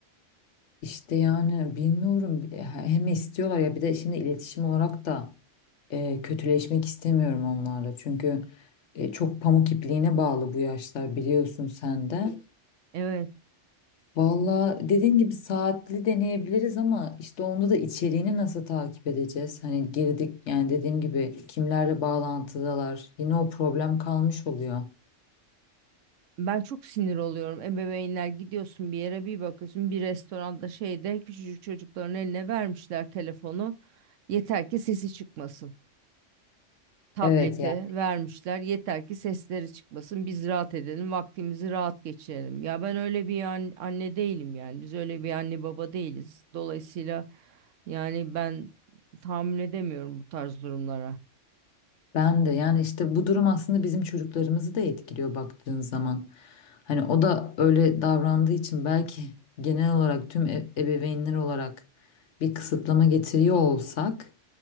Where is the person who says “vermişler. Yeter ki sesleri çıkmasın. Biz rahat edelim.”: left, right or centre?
Right